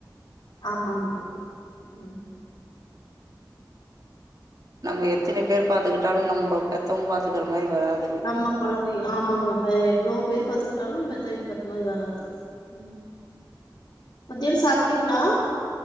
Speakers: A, on the left; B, on the right.
A: ஆமாங்க ம்
B: நம்ம எத்தினி பேர் பாத்துக்கிட்டாலு நம்ப பெத்தவங்க பாத்துக்கிற மாரி வராது
A: நம்ம கொழந்தைய ஆமாங்க இப்ப எவ்ளோ பேரு பாத்துக்கிட்டாலு பெத்தவங்க பாத்து இந்த மாரி வராது ம் மத்தியான சாப்ட்டீங்களா